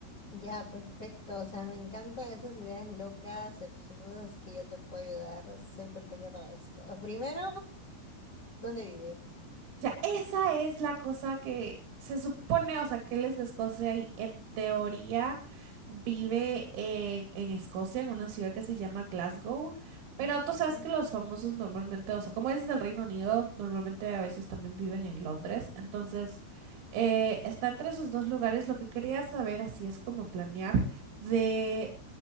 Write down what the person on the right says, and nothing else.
sea, esa es la cosa que se supone, o sea, que él es de Escocia y en teoría vive eh, en Escocia, en una ciudad que se llama Glasgow. Pero
tú sabes que los famosos normalmente, o sea, como es del Reino Unido, normalmente a veces también viven en Londres. Entonces, eh, está entre esos dos lugares. Lo que quería saber, así es como planear, de